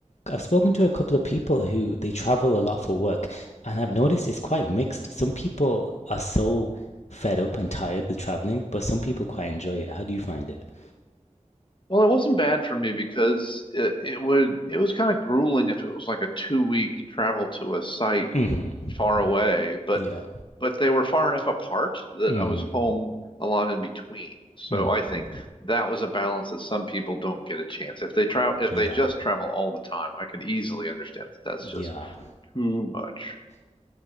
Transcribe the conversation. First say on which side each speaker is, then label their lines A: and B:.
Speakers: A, on the left (about 60°); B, on the left (about 40°).
A: I've spoken to a couple of people who they travel a lot for work, and I've noticed it's quite mixed. Some people are so fed up and tired with traveling, but some people quite enjoy it. How do you find it?
B: Well, it wasn't bad for me because it, it would it was kind of grueling if it was like a two week travel to a site
A: hmm
B: far away, but
A: Yeah.
B: but they were far enough apart that
A: hmm
B: I was home a lot in between. So
A: Mm.
B: I think that was a balance that some people don't get a chance. If they travel, if
A: Yeah.
B: they just travel all the time, I can easily understand that that's
A: Yeah.
B: just too much.